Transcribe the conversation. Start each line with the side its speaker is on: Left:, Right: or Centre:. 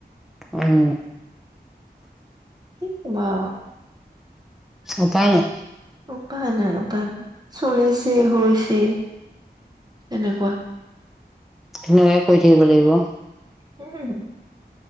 Centre: উম
Right: কি ক বা
Centre: উপায় নাই
Right: উপায় নাই উপায় নাই চলিছে হৈছে তেনেকুৱা
Centre: ধুনীয়াকে কৰি থাকিব লাগিব
Right: উম হুম